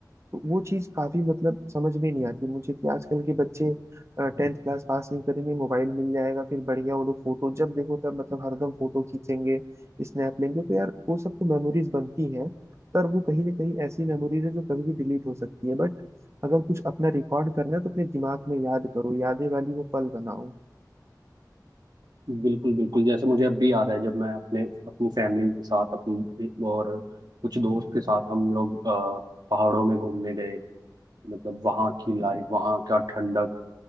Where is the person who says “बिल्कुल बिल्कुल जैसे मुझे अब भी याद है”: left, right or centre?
Right